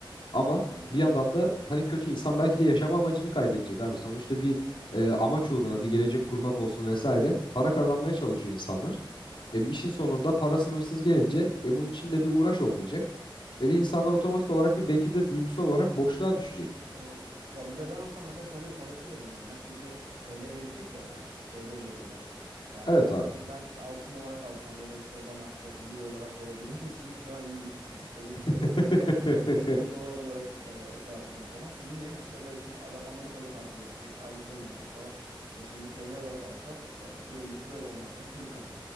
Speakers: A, on the left; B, on the right.
A: Ama
B: Evet.
A: bir yandan da hani kötü insan belki de yaşama amacını kaybedecek abi. Sonuçta bir e, amaç uğruna bir gelecek kurmak olsun vesaire para kazanmaya çalışıyor insanlar. E, bir işin sonunda para sınırsız gelince e, bunun için de bir uğraş olmayacak. E, ve insanlar otomatik olarak bir belki de duygusal olarak boşluğa düşecek.
B: Evet. Ya bir de ben olsam mesela şöyle bir talepte de bulunurum. Yani şimdi bize TL verecekler ya. TL veriyorlar. Yani
A: Evet
B: ben
A: abi.
B: hani ben işte altın olarak alsam ya da işte bana işte euro olarak verebilir misiniz <laughs> falan gibi böyle bir şey
A: <laughs>
B: olabilir. Yani, yani benimki dolar olarak e, şey yapayım falan. Niye? İşte belki adam Amerika'da tatile gidecek, Avrupa'ya gidecek falan. E şimdi TL olarak alsa e, böyle, böyle ondan sonra 40'a